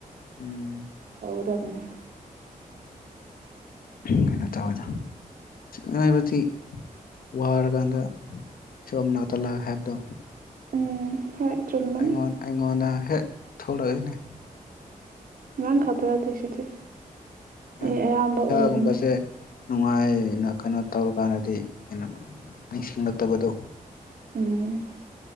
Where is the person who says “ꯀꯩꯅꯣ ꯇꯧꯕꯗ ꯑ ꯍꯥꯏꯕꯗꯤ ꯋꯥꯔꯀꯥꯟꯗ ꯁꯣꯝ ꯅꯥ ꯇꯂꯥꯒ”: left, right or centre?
Left